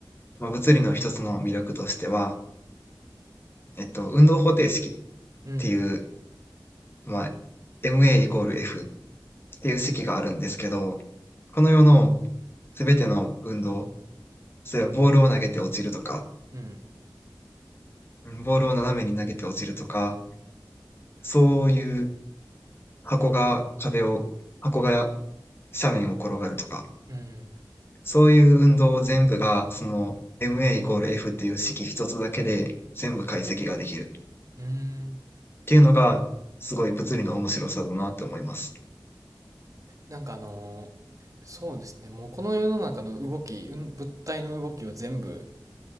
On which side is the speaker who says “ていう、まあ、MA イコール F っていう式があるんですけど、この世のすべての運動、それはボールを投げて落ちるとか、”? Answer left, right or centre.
Left